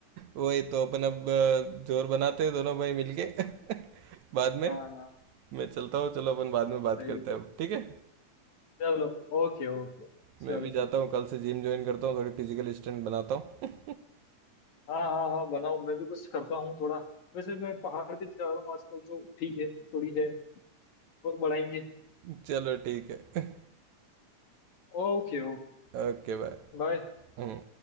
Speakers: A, on the right (about 70°); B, on the left (about 65°).
A: वही तो अपन अब अ, जोर बनाते हैं दोनों भाई मिलके <laughs> बाद
B: हाँ
A: में
B: हाँ, हाँ,
A: मैं चलता हूँ चलो अपन बाद में बात
B: वही
A: करते हैं अब ठीक है
B: चलो ओके ओके
A: मैं
B: चलो
A: भी जाता
B: ठीक
A: हूँ कल से जिम ज्वाइन करता हूँ थोड़ी फिजिकल स्ट्रेंथ बनाता हूँ
B: हाँ हाँ हाँ बनाओ मैं भी कुछ करता हूँ थोड़ा वैसे मैं पहाड़ पे जा रहा हूँ आजकल तो ठीक है थोड़ी है और बढ़ाएंगे
A: <laughs> चलो ठीक है <laughs>
B: Okay okay
A: Okay bye
B: bye
A: うん